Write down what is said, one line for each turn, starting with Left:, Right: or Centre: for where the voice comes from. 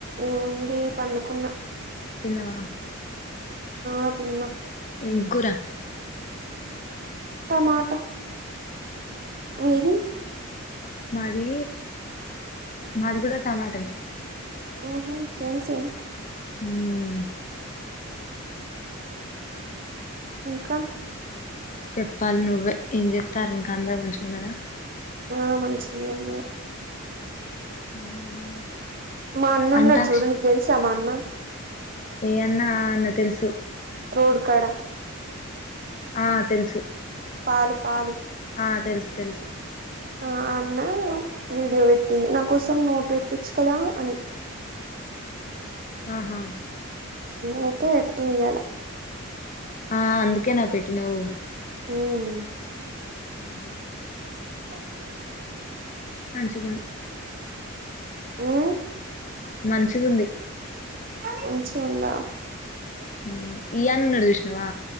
Right: ఓ తే పండుకున్న.
Left: నవ
Right: ఆ తిన్న.
Left: ఎంకుర
Right: టమాటా మీది
Left: మాది, మాది కూడా టమాటనే.
Right: ఆహా సేమ్ సేమ్.
Left: హ్మ్
Right: ఇంకా
Left: చెప్పాలి నువ్వే, ఏం చేత్తారు ఇంకా అందరు మంచుగున్నరా?
Right: ఆ మంచినే ఉన్నర్.
Left: మ్మ్
Right: మా అన్న
Left: అంటాక్ష
Right: ఉన్నడు జూడు, నీకు తెలిసా మా అన్న.
Left: ఏ అన్నా? ఆ అన్న తెలుసు.
Right: రోడ్కాడా
Left: ఆ తెలుసు
Right: పాలు పాలు
Left: ఆ తెలుసు తెలుసు
Right: ఆ అన్న వీడియో పెట్టిండు, నా కోసం నో పెట్టొచ్చు కదా అని.
Left: ఆహా
Right: ఓతే పెట్టినియాల
Left: ఆ అందుకెనా పెట్టినవ్
Right: ఉమ్
Left: ఉహు
Right: <inaudible>
Left: అంచికుంద్
Right: హ్
Left: మంచిగుంది
Right: మంచి గా ఉందా
Left: హ్ ఈ అన్న ఉన్నడు చూసినవా